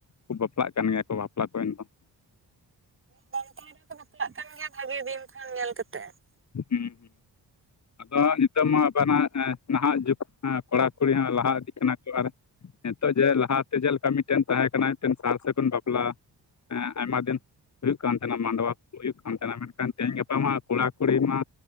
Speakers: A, on the left; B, on the right.
A: ᱠᱚ ᱵᱟᱯᱞᱟᱜ ᱠᱟᱱ ᱜᱮᱭᱟ ᱠᱚ ᱵᱟᱯᱞᱟ ᱠᱚᱨᱮᱱ ᱫᱚ ᱾
B: ᱢᱟ ᱵᱟᱝ ᱛᱟᱦᱮᱱ ᱨᱮᱠᱚ ᱵᱟᱛᱞᱟᱜ ᱠᱟᱱ ᱜᱮᱭᱟ ᱾ ᱵᱷᱟᱜᱮ ᱫᱤᱱ ᱠᱷᱚᱱ ᱧᱮᱞ ᱠᱟᱛᱮᱫ ᱾
A: ᱦᱩᱸ, ᱦᱩᱸ ᱾ ᱟᱫᱚ ᱱᱤᱛᱚᱜ ᱢᱟ ᱵᱟᱱᱟ ᱮ ᱱᱟᱦᱟᱜ ᱡᱩᱜᱽ ᱮᱸ ᱠᱚᱲᱟ ᱠᱩᱲᱤ ᱦᱚᱸ ᱞᱟᱦᱟ ᱤᱫᱤᱜ ᱠᱟᱱᱟ ᱠᱚ ᱟᱨ ᱱᱤᱛᱚᱜ ᱡᱮ ᱞᱟᱦᱟᱛᱮ ᱡᱮᱞᱮᱠᱟ ᱢᱤᱫᱴᱮᱱ ᱛᱟᱦᱮᱸ ᱠᱟᱱᱟ ᱢᱤᱫᱴᱮᱱ ᱥᱟᱨ ᱥᱟᱹᱜᱩᱱ ᱵᱟᱯᱞᱟ ᱾ ᱦᱮᱸ ᱟᱭᱢᱟ ᱫᱤᱱ ᱦᱩᱭᱩᱜ ᱠᱟᱱ ᱛᱟᱦᱮᱱᱟ ᱢᱟᱰᱣᱟ ᱠᱩ ᱦᱩᱭᱩᱜ ᱠᱟᱱ ᱛᱟᱦᱮᱱᱟ, ᱢᱮᱱᱠᱷᱟᱱ ᱛᱮᱦᱮᱧ ᱜᱟᱯᱟ ᱢᱟ ᱠᱚᱲᱟ ᱠᱩᱲᱤ ᱢᱟ